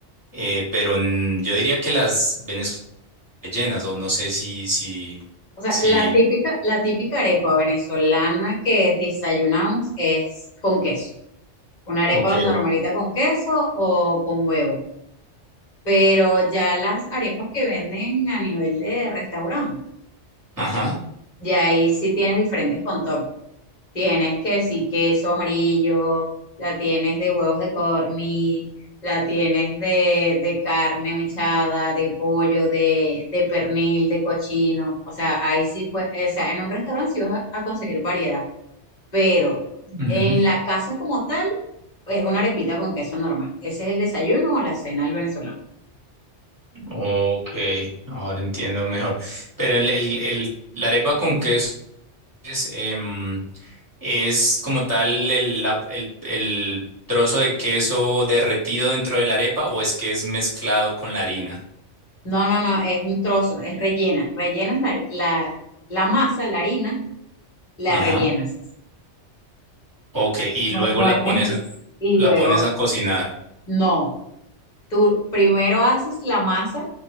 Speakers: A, on the right; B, on the left.
A: eh, pero mm, yo diría que las venezolanas rellenas o no sé si, si,
B: O sea,
A: si,
B: la típica, la típica arepa venezolana que desayunamos es con queso. Una arepa
A: ok,
B: normalita con queso o con huevo. Pero ya las arepas que venden a nivel de restaurante,
A: ajá.
B: ya ahí sí tienes diferentes contornos. Tienes que sí, queso amarillo, la tienes de huevos de corny, la tienes de, de carne mechada, de pollo, de, de pernil, de cochino. O sea, ahí sí, pues, o sea, en un restaurante sí vas a, a conseguir variedad, pero
A: ujú,
B: en la casa como tal, es una arepita con queso normal. Ese es el desayuno o la cena del venezolano.
A: Ok, ahora entiendo mejor. Pero el, el, el- la arepa con queso es, em, es como tal el, la- el- el trozo de queso derretido dentro de la arepa o es que es mezclado con la harina.
B: No, no, no, es un trozo, es rellena. Rellenas la, la, la masa, la harina, la
A: Ajá.
B: rellenas.
A: Ok, y
B: No,
A: luego
B: no
A: la
B: es mezcla.
A: pones a,
B: Y
A: la
B: luego
A: pones a cocinar.
B: No, tú primero haces la masa,